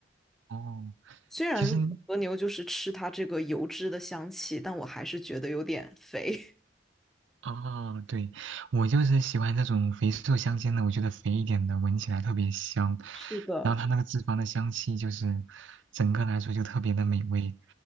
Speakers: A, on the right; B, in the centre.
A: 哦，
B: 虽然和牛就是吃它这个油脂的香气，
A: 其实，
B: 但我还是觉得有点肥。
A: 哦，对，我就是喜欢这种肥瘦相间的，我觉得肥一点的闻起来特别香，
B: <laughs> 是的，
A: 然后它那个脂肪的香气就是整个来说就特别的美味。